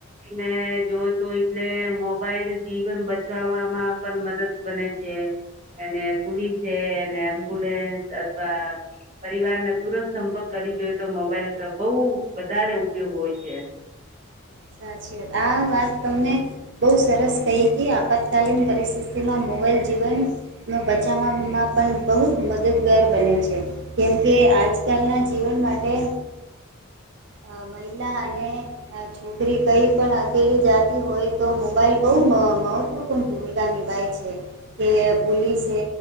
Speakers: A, on the right; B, on the right.
A: મેં જોય તો એટલે મોબાઈલ જીવન બચાવવામાં પણ મદદ બને છે. અને પોલીસે અને એમ્બ્યુલેન્સ અથવા પરિવારને તુરંત કરી જોઈ તો મોબાઈલ નો બહુ વધારે ઉપયોગ હોય છે.
B: હ <inaudible> <unintelligible> સાચી વાત આ વાત તમને બહુ સરસ કહી કે આપતકાલીન પરિસ્થિતિમાં મોબાઈલ જીવન નો બચાવવામાં પણ બહુ જ મદદગાર બને છે, કેમકે આજકાલના જીવન માટે અ મહિલા અને છોકરી કૂઈ પણ અકેલી જાતી હોય તો મોબાઈલ બહુ. મહત્વપૂર્ણ ભૂમિકા નિભાય છે, કે પોલીસે